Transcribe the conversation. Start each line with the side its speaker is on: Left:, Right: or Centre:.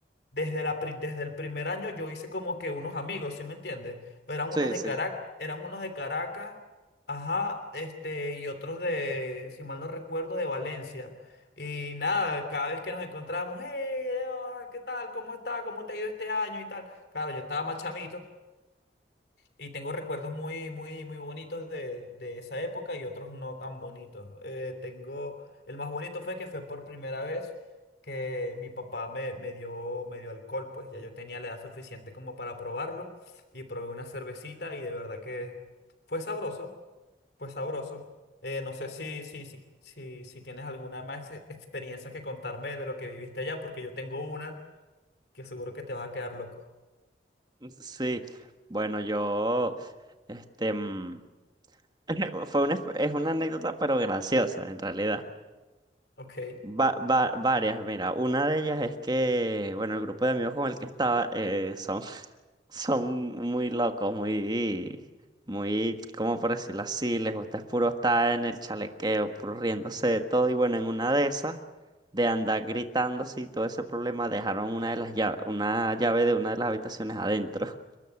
Left: Desde la, pri- desde el primer año yo hice como que unos amigos, ¿sí me entiendes? Eran
Right: Sí,
Left: unos de
Right: sí.
Left: Caracas, eran unos de Caracas, ajá, este, y otros de, si mal no recuerdo, de Valencia. Y nada, cada vez que nos encontrábamos, hey, hola, ¿qué tal? ¿Cómo está? ¿Cómo te ha ido este año? Y tal. Claro, yo estaba más chamito, y tengo recuerdos muy, muy, muy bonitos de, de esa época y otros no tan bonitos. Eh, tengo, el más bonito fue que fue por primera vez que mi papá me, me dio, me dio alcohol, pues ya yo tenía la edad suficiente como para probarlo y probé una cervecita y de verdad que fue sabroso, fue sabroso. Eh, no sé si, si, si, si, si tienes alguna más e- experiencia que contarme de lo que viviste allá, porque yo tengo una que seguro que te vas a quedar loco.
Right: Sí. Bueno, yo, este, mm, <laughs> fue una, es una anécdota, pero graciosa, en realidad.
Left: Ok,
Right: Va, va- varias, mira, una de ellas es que, bueno, el grupo de amigos con el que estaba, eh, son Son muy locos, muy, muy, ¿cómo por decirlo así? Les gusta es puro estar en el chalequeo, puro riéndose de todo. Y bueno, en una de esas, de andar gritándose y todo ese problema, dejaron una de las llaves, una llave de una de las habitaciones adentro.